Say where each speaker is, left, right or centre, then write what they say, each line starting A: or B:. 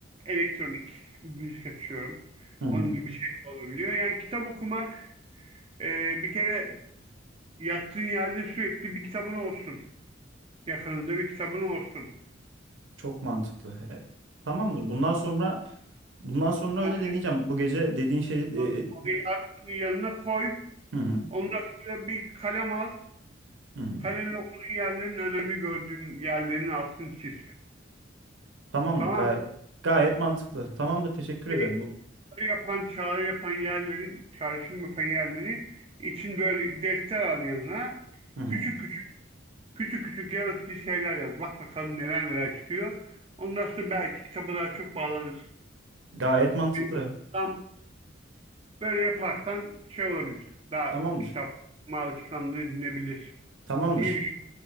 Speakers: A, on the right; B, on the right.
A: elektronik müzik açıyorum.
B: <laughs>
A: Onun gibi şey de olabiliyor. Yani kitap okumak e, bir kere yattığın yerde sürekli bir kitabın olsun. Yakınında bir kitabın olsun.
B: Çok mantıklı. E, tamamdır. Bundan sonra bundan sonra
A: Onu,
B: öyle deneyeceğim. Bu gece dediğin şeyi e,
A: onu,
B: e,
A: onu yattığın yanına koy.
B: hı hı,
A: Ondan sonra bir kalem al.
B: hı hı.
A: Kalemle okuduğun yerlerin önemli gördüğün yerlerin altını çiz.
B: Tamamdır.
A: Tamam.
B: Gayet gayet mantıklı. Tamamdır. Teşekkür ederim.
A: mı?
B: Bu
A: çağrı yapan çağrı yapan yerlerin çağrışım yapan yerleri için böyle defter al yanına
B: hı hı.
A: küçük küçük küçük küçük yaratıcı şeyler yaz. Bak bakalım neler neler çıkıyor. Ondan sonra belki kitaba daha çok bağlanırsın.
B: Gayet mantıklı.
A: Bir- tam Böyle yaparsan şey olabilir. Daha
B: Tamamdır.
A: bir kitap alışkanlığı edinebilir
B: Tamamdır.
A: diye düşünüyorum.